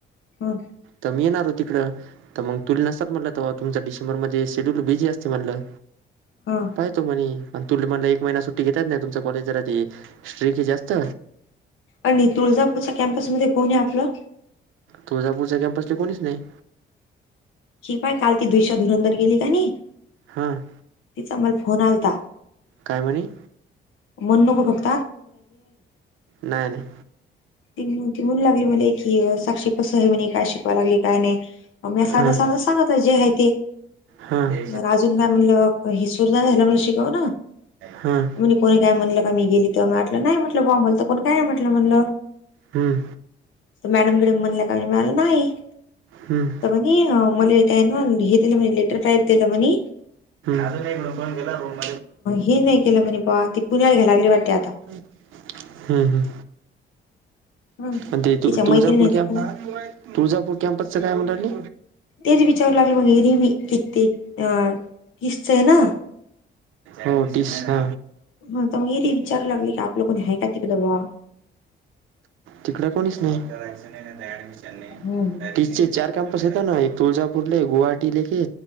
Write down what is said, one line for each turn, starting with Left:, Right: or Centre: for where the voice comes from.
Left: ह.
Right: त मी येणारो तिकडं. त मग तुला नसतात म्हणलं तव्हा. तुमचा डिसेंबर मध्ये शेड्यूल बिझी असते म्हणलं.
Left: हां.
Right: पाय तो म्हणे. तुले म्हणला एक महिना सुट्टी घेतात ना. तुमचा कॉलेज जरा ते स्ट्रिके जास्त.
Left: आणि तुळजापूरच्या कॅम्पसमध्ये कोण आहे आपलं
Right: तुळजापूरच्या कॅम्पसले कोणीच नाही.
Left: ही पाय काल ती दुविशा धुरंधर गेली का नाही.
Right: ह.
Left: तिचा मला फोन आलता.
Right: काय म्हणी?
Left: म्हणू नको फक्
Right: नाय नाय.
Left: त म्हणू लागली मले की साक्षी कसंय म्हणे? काय शिकवाय लागली काय नाही. म साध
Right: हां
Left: साध सांगतल जे आहे ते.
Right: हां
Left: बर अजून काय म्हणलं? हि विसरला म्हणी शिकव ना.
Right: हां
Left: म्हणी कोणी काय म्हटलं का मी गेली त? मी म्हटलं नाय म्हटलं आमला तर कोणी काय म्हटलं.
Right: हम्म
Left: त मॅडम बिडम म्हणल्या का म्हणी. मी म्हणला नाही.
Right: हम्म.
Left: म्हणी मले काय ना हे दीलं म्हणी लेटर टाइप दील म्हणी.
Right: अजून एककड पण गेला रूम
Left: हे नाही केलं म्हणे बुवा ती पुण्याला घ्यायला लागली वाटते आता
Right: <inaudible> हम्म हम्म.
Left: ह.
Right: अन ते
Left: तिच्या
Right: तुळजापूर
Left: मैत्रिणीचा
Right: कॅम्प,
Left: फोन
Right: तुळजापूर कॅम्पसच काय म्हणू रायली?
Left: तेच विचारू लागलं ही रिमी कि ते अ किसचय ना.
Right: हो टीस ह.
Left: मग आता मी विचारू लागले की आपलं कोणी आहे का तिकडं बा
Right: तिकड कोणीच नाही.
Left: हम्म.
Right: तिसचे चार कॅम्पस येत ना. एक तुळजापूरले, गुवाहाटीले कि